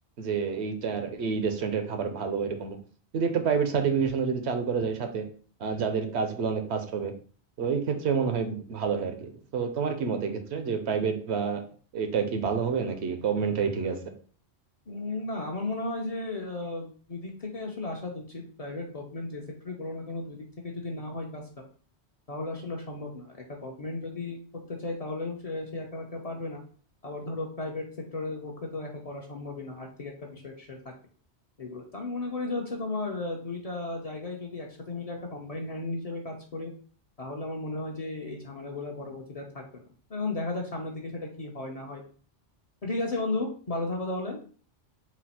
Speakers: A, on the right; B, on the left.
A: যে এইটার এই রেস্টুরেন্টের খাবার ভালো এরকম যদি একটা প্রাইভেট সার্টিফিকেশনও যদি চালু করা যায় সাথে আহ, যাদের কাজগুলো অনেক ফাস্ট হবে তো এই ক্ষেত্রে মনে হয় ভালো হয় আর কি তো তোমার কি মত এই ক্ষেত্রে যে প্রাইভেট বা এটা কি ভালো হবে নাকি গভর্নমেন্টটাই ঠিক আছে
B: উম, না আমার মনে হয় যে আহ, দুই দিক থেকে আসলে আসা উচিত প্রাইভেট গভর্নমেন্ট যে সেক্টরই বলো না কেন দুই দিক থেকে যদি না হয় কাজটা তাহলে আসলে সম্ভব না একা গভর্নমেন্ট যদি করতে চায় তাহলেও সে সে একা একা পারবে না আবার ধরো প্রাইভেট সেক্টরের পক্ষে তো একা করা সম্ভবই না আর্থিক একটা বিষয় সে থাকে এগুলো তো আমি মনে করি যে হচ্ছে তোমার আহ, দুইটা জায়গায় যদি একসাথে মিলে একটা কম্বাইন হ্যান্ড হিসেবে কাজ করে তাহলে আমার মনে হয় যে এই ঝামেলাগুলো পরবর্তীতে আর থাকবে না তো এখন দেখা যাক সামনের দিকে সেটা কি হয় না হয় তো ঠিক আছে বন্ধু ভালো থাকো তাহলে